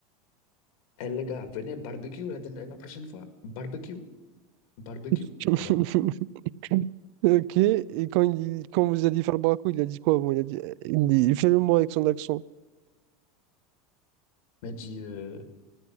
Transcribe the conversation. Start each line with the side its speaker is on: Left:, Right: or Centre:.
Left: Eh, les gars, venez barbecue la, dernière- la prochaine fois. Barbecue, barbecue.
Right: <laughs>
Left: Voilà.
Right: Ok, et quand, il, quand vous alliez faire le braco, il a dit quoi? Bon il a dit, il dit fais-le moi avec son accent.
Left: Il m'a dit, euh,